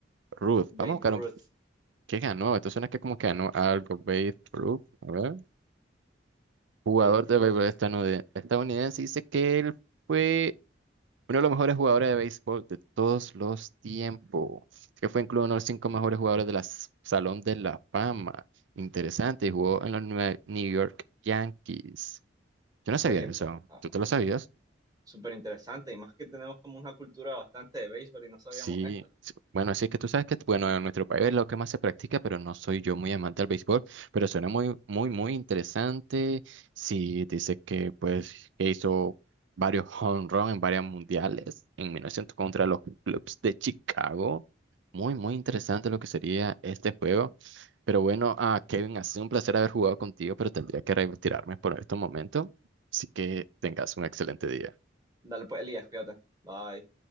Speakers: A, on the right (about 75°); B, on the right (about 20°).
A: Ruth. Vamos
B: Babe
A: a buscar
B: Ruth,
A: un... ¿Qué ganó? Esto suena que como que ganó algo Babe Ruth. A ver. jugador
B: Babe
A: de
B: Ruth.
A: béisbol estadounid- estadounidense, dice que él fue uno de los mejores jugadores de béisbol de todos los tiempos, que fue incluido uno de los cinco mejores jugadores del Salón de la Fama. Interesante, y jugó en los Nue- New York Yankees. Yo no sabía
B: Oye,
A: eso,
B: pero ah,
A: ¿tú te lo sabías?
B: súper interesante y más que tenemos como una cultura bastante de béisbol y no sabíamos
A: Sí,
B: esto.
A: sí, bueno, así que tú sabes que, bueno, en nuestro país es lo que más se practica, pero no soy yo muy amante al béisbol, pero suena muy, muy, muy interesante. Sí, dice que, pues, que hizo varios home run en varias mundiales en 1900 contra los Cubs de Chicago. Muy, muy interesante lo que sería este juego. Pero bueno, ah, Kevin, ha sido un placer haber jugado contigo, pero tendría que retirarme por este momento. Así que tengas un excelente día.
B: Dale pues, Elías, cuídate. Bye.